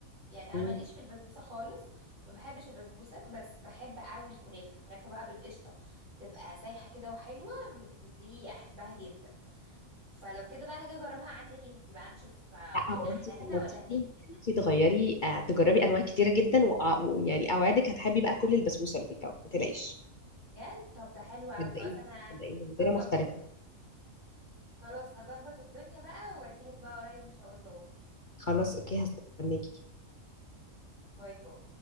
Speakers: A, on the right; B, on the left.
A: يعني انا
B: إمم.
A: ماليش في البسبوسه خالص ما بحبش البسبوسه بس بحب قوي الكنافه الكنافه بقى بالقشطه تبقى سايحه كده وحلوه مم، دي احبها جدا فلو كده بقى هاجي اجربها عندك انت بقى نشوف آه،
B: لا
A: مين
B: هو
A: احلى
B: انت
A: هنا
B: لما تيجي
A: ولا هناك
B: انت تغيري آه، تجربي انواع كتيره جدا وأ- ويعني اوعدك هتحبي بقى كل البسبوسه اللي في الكون ما تلاقيش
A: بجد طب ده حلو قوي
B: صدقيني
A: خلاص انا
B: صدقيني عندنا
A: هظبط
B: مختلفه
A: خلاص هظبط الدنيا بقى واجيلك بقى قريب ان شاء الله
B: خلاص اوكي هستناكي
A: باي باي